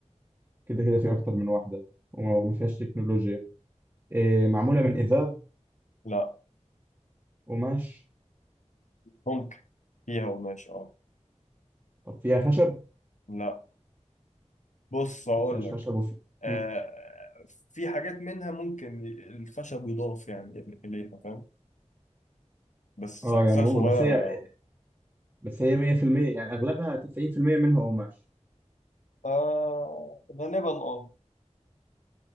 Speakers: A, on the right; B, on the left.
A: كده كده في أكتر من واحدة وما وما فيهاش تكنولوجيا إيه معمولة من إزاز
B: لا
A: قماش
B: ممكن فيها قماش أه
A: طب فيها خشب؟
B: لا بص هقول
A: ما فيهاش
B: لك
A: خشب وفي
B: آه
A: مم.
B: في حاجات منها ممكن الخشب يضاف يعني إليها فاهم بس
A: اه
B: أجزاء
A: يعني مو
B: صغيرة
A: بس هي
B: يعني
A: بس هي 100% يعني أغلبها 90% منها قماش
B: آه غالبا أه